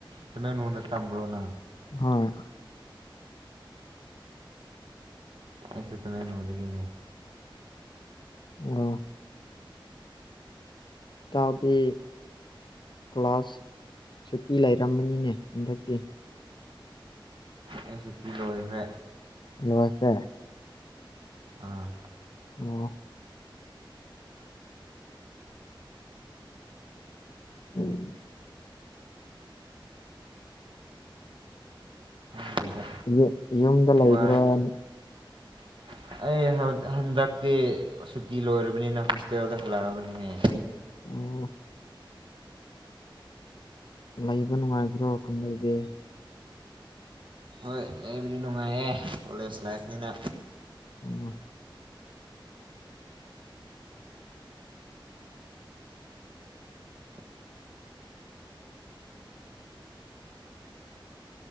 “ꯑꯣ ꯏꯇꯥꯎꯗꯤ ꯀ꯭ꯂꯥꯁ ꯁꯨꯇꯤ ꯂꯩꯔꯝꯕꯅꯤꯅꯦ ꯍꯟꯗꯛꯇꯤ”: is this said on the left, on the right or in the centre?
Left